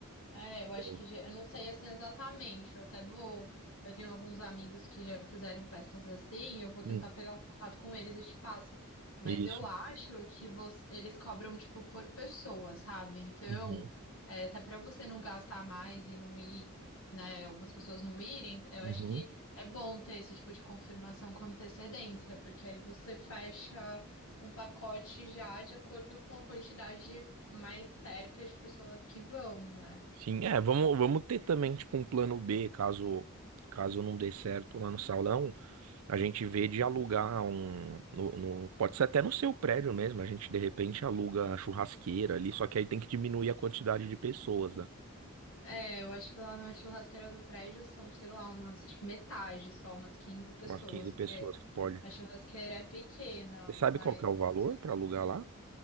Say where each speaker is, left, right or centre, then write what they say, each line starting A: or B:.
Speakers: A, on the left; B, on the right.
A: É, eu acho
B: Eu-
A: que já, eu não sei assim exatamente. Eu até vou. Eu tenho alguns amigos que já fizeram festas assim, e eu vou tentar
B: Hum,
A: pegar o contato com eles e te passo. Mas
B: isso.
A: eu acho que você, eles cobram, tipo, por pessoa, sabe? Então,
B: Uhum,
A: é, até pra você não gastar mais e não ir, né? Algumas pessoas não irem, eu
B: uhum.
A: acho que é bom ter esse tipo de confirmação com antecedência, porque aí você fecha um pacote já de acordo com a quantidade mais certa de pessoas que vão, né?
B: Sim, é, vamos, vamos ter também, tipo, um plano B, caso, caso não dê certo lá no salão. A gente vê de alugar um. no- no- pode ser até no seu prédio mesmo. A gente de repente aluga a churrasqueira ali, só que aí tem que diminuir a quantidade de pessoas, né?
A: É, eu acho que lá na churrasqueira do prédio são, sei lá, umas, acho que metade, só umas quinze pessoas,
B: Umas 15
A: porque
B: pessoas que pode.
A: a churrasqueira é pequena,
B: Você sabe
A: mas
B: qual que é o
A: pode
B: valor
A: ser.
B: para alugar lá?